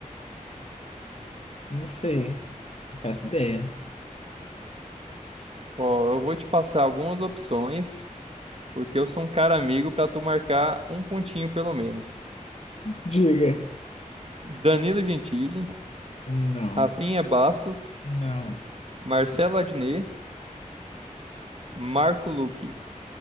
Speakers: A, on the left; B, on the right.
A: Não sei. Não faço ideia.
B: Ó, eu vou te passar algumas opções, porque eu sou um cara amigo pra tu marcar um pontinho pelo menos.
A: Diga.
B: Danilo Gentili,
A: Não.
B: Rafinha Bastos,
A: Não.
B: Marcelo Adnet, Marco Luque.